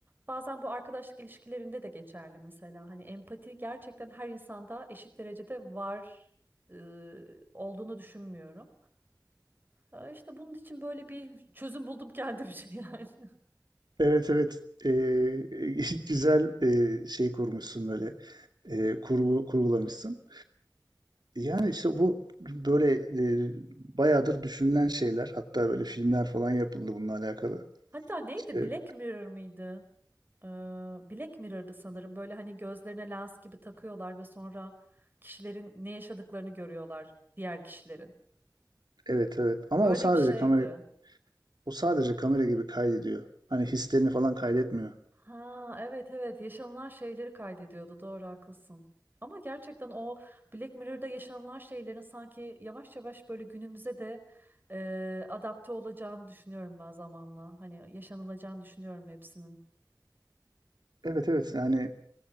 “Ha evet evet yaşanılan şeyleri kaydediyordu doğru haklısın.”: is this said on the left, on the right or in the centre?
Right